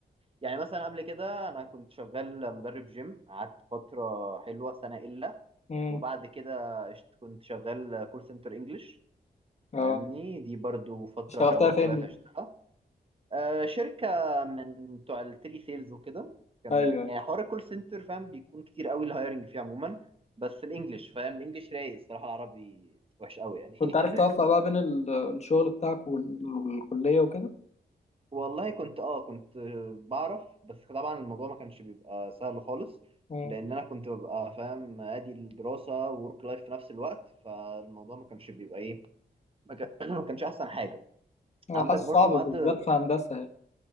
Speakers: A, on the right; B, on the left.
A: يعني مثلا قبل كده انا كنت شغال مدرب جيم قعدت فتره حلوه سنه الا
B: مم.
A: وبعد كده عشت- كنت شغال كول سنتر انجلش
B: أه
A: فاهمني دي برضو فتره
B: اشتغلتها
A: كورك
B: فين
A: لايف
B: دي؟
A: عشتها آه، شركه من بتوع التيلي سيلز وكده كان
B: أيوه أيوه
A: يعني حوار الكول سنتر فاهم بيكون كتير قوي الهايرنج فيه عموما بس الانجليش فاهم الانجليش رايق الصراحه العربي وحش قوي يعني
B: كنت عارف
A: <laughs>
B: توفق بقى بين ال- الشغل بتاعك وال- والكلية وكده؟
A: والله كنت اه كنت بعرف بس طبعا الموضوع ما كانش بيبقى سهل خالص
B: مم.
A: لان انا كنت ببقى فاهم ادي الدراسه وورك لايف في نفس الوقت فالموضوع ما كانش بيبقى ايه ما كان- <clears throat> ما كانش احسن حاجه
B: أه
A: عندك
B: حاسس
A: برضو
B: صعب بالذات
A: بعد
B: في هندسة يعني